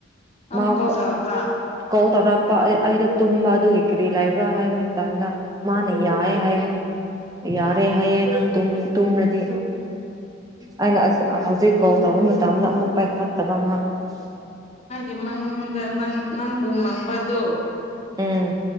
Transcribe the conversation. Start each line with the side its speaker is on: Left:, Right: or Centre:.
Left: ꯅꯪꯕꯨ
Right: <unintelligible>
Left: ꯀꯣꯜ ꯇꯧꯔꯛꯄ꯭ꯔꯥ
Right: ꯑꯩꯗꯣ ꯇꯨꯝꯕ ꯑꯗꯨꯒꯤ ꯀꯔꯤ ꯂꯩꯕ꯭ꯔꯥ ꯍꯥꯏꯕ ꯃꯇꯥꯡꯗ ꯃꯥꯅ ꯌꯥꯏ ꯍꯥꯏꯕ ꯌꯥꯔꯦ ꯍꯥꯏꯌꯦꯦ ꯅꯪ ꯇꯨꯝꯔꯗꯤ ꯑꯩꯅ ꯍꯧꯖꯤꯛ ꯀꯣꯜ ꯇꯧꯕ ꯃꯇꯝꯗ ꯑꯃꯨꯛ ꯄꯥꯏꯈ <unintelligible>
Left: ꯏꯃꯥꯡ ꯑꯗ ꯅꯪ ꯅꯪꯕꯨ ꯃꯪꯕꯗ
Right: ꯎꯝ